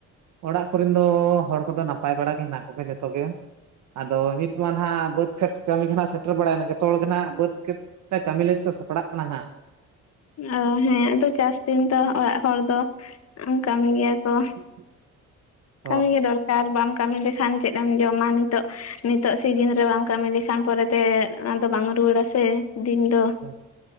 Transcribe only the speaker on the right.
ᱚᱲᱟᱜ ᱠᱚᱨᱮᱱ ᱫᱚ ᱦᱚᱲ ᱠᱚᱫᱚ ᱱᱟᱯᱟᱭ ᱵᱟᱲᱟ ᱜᱮ ᱦᱮᱱᱟᱜ ᱠᱚᱜᱮ ᱡᱚᱛᱚ ᱜᱮ᱾ ᱟᱫᱚ ᱱᱤᱛ ᱢᱟᱱ ᱦᱟᱸᱜ ᱵᱟᱹᱫᱽ ᱠᱷᱮᱛ ᱠᱟᱹᱢᱤ ᱠᱷᱚᱱᱟᱜ ᱥᱮᱴᱮᱨ ᱵᱟᱲᱟᱭᱱᱟ ᱡᱚᱛᱚ ᱦᱚᱲ ᱜᱮᱱ ᱦᱟᱸᱜ ᱵᱟᱹᱫᱽ ᱠᱷᱮᱛ ᱛᱮ ᱠᱟᱹᱢᱤ ᱞᱟᱹᱜᱤᱫ ᱠᱚ ᱥᱟᱯᱲᱟᱜ ᱠᱟᱱᱟ ᱦᱟᱸᱜ᱾
<inaudible>
ᱦᱮᱸ᱾